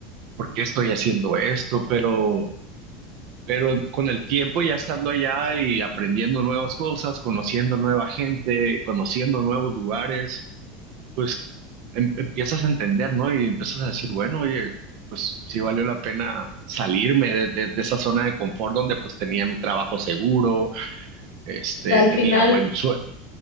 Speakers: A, on the right (about 60°); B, on the left (about 80°).
A: ¿Por qué estoy haciendo esto? Pero, pero con el tiempo ya estando allá y aprendiendo nuevas cosas, conociendo nueva gente, conociendo nuevos lugares, pues em- empiezas a entender, ¿no? Y empiezas a decir, bueno, oye, pues sí valió la pena salirme de, de, de esa zona de confort donde pues tenía mi trabajo seguro, este,
B: O sea, al
A: tenía
B: final,
A: buen sueldo,